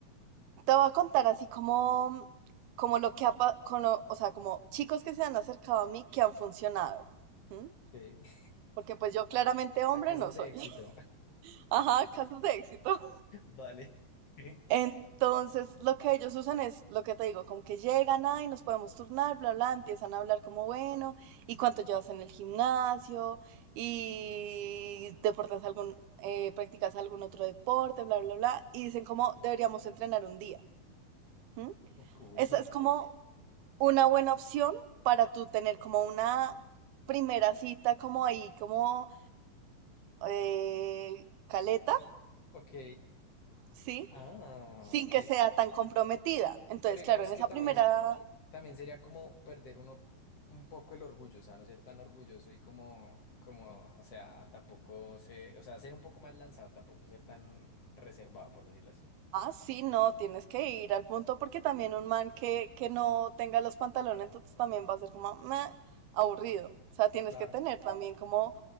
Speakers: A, on the right; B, on the left.
A: te voy a contar así como, como lo que ha, pa- con lo- o sea, como chicos que se han acercado a mí que han funcionado. ¿m?
B: Ok. <laughs>
A: Porque pues yo claramente hombre
B: A Casos
A: no soy.
B: de éxito.
A: <laughs> Ajá, casos de éxito.
B: <laughs> Vale. <laughs>
A: Entonces, lo que ellos usan es lo que te digo, como que llegan, ay, nos podemos turnar, bla, bla, empiezan a hablar como, bueno, ¿y cuánto llevas en el gimnasio? ¿Y deportas algún, eh, practicas algún otro deporte, bla, bla, bla? Y dicen como, deberíamos entrenar un día. ¿m?
B: Uy,
A: Esa es como
B: bien.
A: una buena opción para tú tener como una primera cita como ahí, como eh, caleta,
B: ok.
A: ¿sí?
B: Ah,
A: Sin
B: ok.
A: que sea tan comprometida. Entonces,
B: Pero digamos
A: claro, en
B: que
A: esa
B: también
A: primera...
B: También sería como perder uno un poco el orgullo, o sea, no ser tan orgulloso y como, como, o sea, tampoco ser, o sea, ser un poco más lanzado, tampoco ser tan reservado, por decirlo así.
A: Ah, sí, no, tienes que ir al punto porque también un man que, que no tenga los pantalones, entonces también va a ser como "Meh", aburrido. O sea, tienes
B: Claro.
A: que tener también como